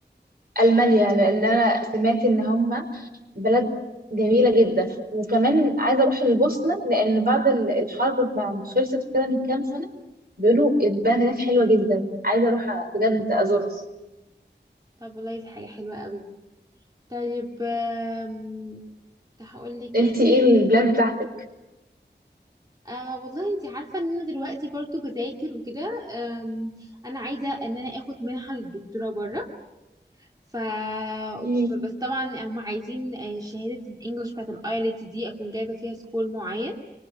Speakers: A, on the right; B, on the right.
A: ألمانيا لأن أنا سمعت إن هم بلد جميلة جدا وكمان عايزة أروح البوسنة لأن بعد ال- الحرب ما ما خلصت كده من كام سنة بيقولوا البلد هناك حلوة جدا عايزة أروح أ- بجد أزورها
B: طب والله دي حاجة حلوة قوي طيب آم، هقول لك
A: أنت
B: ايه تاني
A: إيه البلاد بتاعتك؟
B: آه والله انت عارفة ان انا دلوقتي برضو بذاكر وكده آم، انا عايزة ان انا اخد منحة للدكتوراه بره ف...
A: مم.
B: فبس طبعا هم عايزين آه، شهادة الانجليش بتاعت الايلت دي اكون جايبة فيها سكور معين